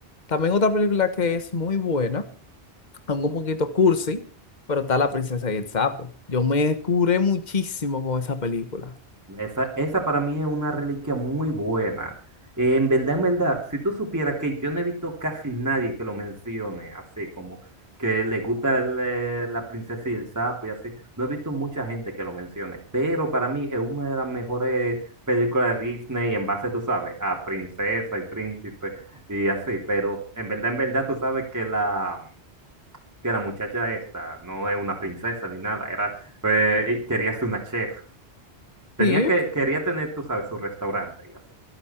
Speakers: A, on the left; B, on the right.
A: también otra película que es muy buena aunque un poquito cursi, pero está La princesa y el sapo. Yo me curé muchísimo con esa película.
B: Esa, esa para mí es una reliquia muy buena. Eh, en verdad, en verdad, si tú supieras que yo no he visto casi nadie que lo mencione, así como que le gusta el, eh, la princesa y el sapo y así, no he visto mucha gente que lo mencione, pero para mí es una de las mejores películas de Disney en base, tú sabes, a princesa y príncipe y así, pero en verdad, en verdad, tú sabes que la, que la muchacha esta no es una princesa ni nada, era, eh, quería ser una chef. Tenía
A: Sí,
B: que, quería tener, tú sabes, su restaurante y así.